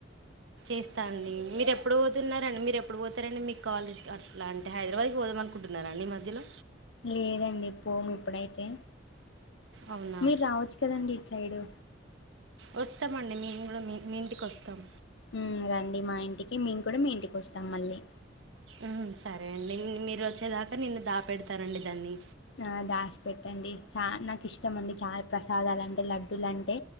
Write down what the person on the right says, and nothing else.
ఇస్తా అండి మీరు ఎప్పుడు పోతున్నారండి మీరు ఎప్పుడు పోతారండి మీ కాలేజ్ కి అట్లా అంటే హైదరాబాద్ కి పోదాం అనుకుంటున్నా తారా అండి మధ్యలో
అవునా
వస్తామండి మేం గూడా మీ మీ ఇంటికి వస్తాం
ఊ సరే అండి మీరు వచ్చేదాకా నిన్ను దాపెడతారండి దాన్ని